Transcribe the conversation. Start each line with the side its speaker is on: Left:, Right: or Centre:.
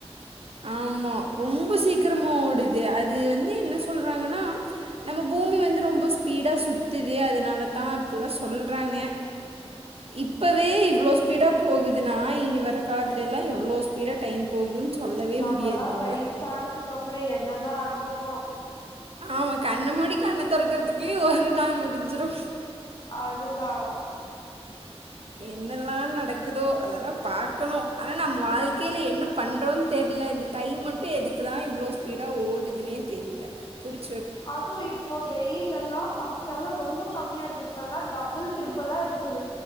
Right: ஆமா ரொம்ப சீக்கிரமா ஓடுது அது வந்து என்ன சொல்றாங்கனா நம்ம பூமி வந்து ரொம்ப ஸ்பீடா சுத்துது அதனாலதா அப்டிலா சொல்றாங்க இப்பவே இவ்ளோ ஸ்பீடா போகுதுனா இனி வர காலத்துல எல்லா எவ்ளோ ஸ்பீடா டைம் போகும்னு சொல்லவே
Left: நம்மல்லா
Right: முடியாது போல
Left: வயசானதுக்கு அப்புறொ என்னதா ஆகுமோ
Right: ஆமா கண்ணு மூடி கண்ண தொறக்கறதுக்குல்லயே ஒரு நாள் முடிஞ்சிரு
Left: அதுதா
Right: என்னெல்லா நடக்குதோ அதெல்லா பாக்கணு ஆனா நம்ம வாழ்க்கையில என்ன பண்றோ தெர்ல இந்த டைம் மட்டு எதுக்குதா இவ்ளோ ஸ்பீடா ஓடுதுனே தெரில புடிச்சி
Left: அதுவு இப்ப வெயில் எல்லா ஃபஸ்ட்டல்லா ரொம்ப கம்மியா இருக்கு இப்பல்லா டபுள் த்ருப்ளாயிருக்